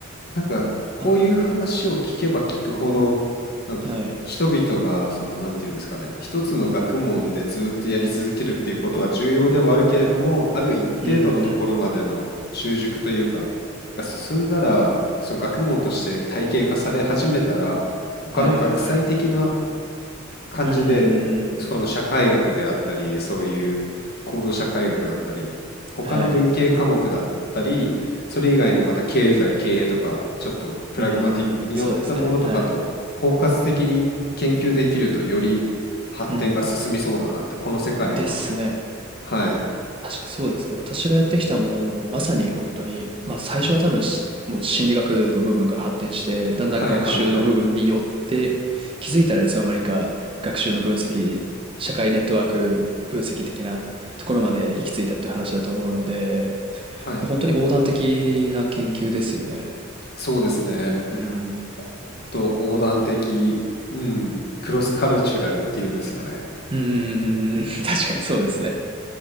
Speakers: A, on the left; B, on the right.
A: なんか、こういう話を聞けば聞くほど、
B: あ、
A: なんか人々が、
B: はい。
A: その、なんていうんですかね、一つの学問でずっとやり続けるっていうことは重要ではあるけれども、ある一定度のところまでの習熟というか、
B: うーん、
A: が進んだら、その学問として体系化され始めたら、他の学際的な
B: はいはいはい。
A: 感じで、
B: うんうんうんうん
A: その社会学であったり、そういう行動社会学だったり、他の文系科目だったり、
B: はい。
A: それ以外のまた経済、経営とか、ちょっとプラグマティックによったものとかと包括的に研究できると、
B: うーん、そうですね。はい。
A: より発展が進みそうだなって、
B: う
A: この世界のは、
B: うん。ですね。
A: はい、
B: 確かにそうですね。私がやってきたものも、まさに本当に、ま、最初は多分、しもう心理学の部分から発展して、だんだん学習の部分に寄って、
A: はいはいはい、
B: 気づいたらいつの間にか学習の分析、社会ネットワーク分析的なところまで行き着いたっていう話だと思うので、
A: はい、
B: もう本当に横断的な研究ですよね。
A: そうですね。
B: うん。
A: こほんと横断的、うん、クロスカルチュラルっていうんですかね。
B: うんうんうんうんうん <laughs>。確かにそうですね。